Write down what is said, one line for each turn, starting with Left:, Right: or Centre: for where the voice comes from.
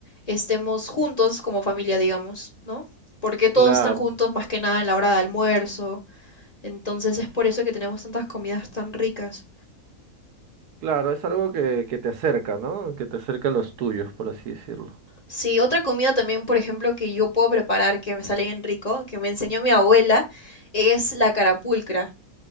Left: estemos juntos como familia, digamos, ¿no? Porque todos
Right: Claro.
Left: están juntos más que nada en la hora de almuerzo. Entonces es por eso que tenemos tantas comidas tan ricas.
Right: Claro, es algo que, que te acerca, ¿no? Que te acerca a los tuyos, por así decirlo.
Left: Sí, otra comida también, por ejemplo, que yo puedo preparar, que me sale bien rico, que me enseñó mi abuela, es la carapulcra.